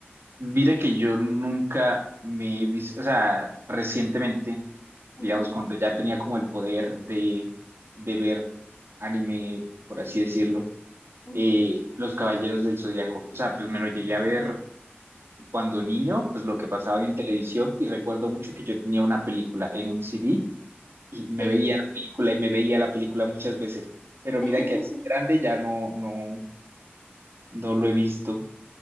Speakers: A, on the right (about 70°); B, on the left (about 35°).
A: mira que yo nunca me he visto, o sea, recientemente
B: Ujú,
A: digamos, cuando ya tenía como el poder de, de ver anime, por así decirlo,
B: ujú.
A: eh, Los Caballeros del Zodiaco. O sea, pues me lo llegué a ver cuando niño, pues lo que pasaba en televisión y recuerdo mucho que yo tenía una película en un CD y me
B: Sí.
A: veía la película y me veía la película muchas veces, pero mira
B: <laughs>
A: que así grande ya no, no, no lo he visto.